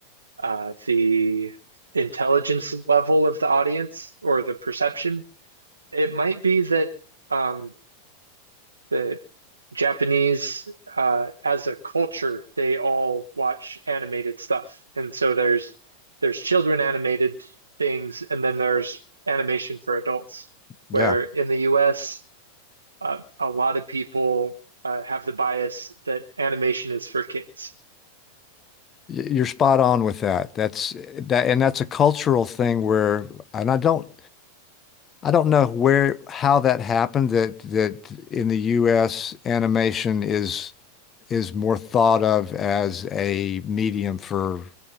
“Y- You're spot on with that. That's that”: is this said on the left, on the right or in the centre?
Left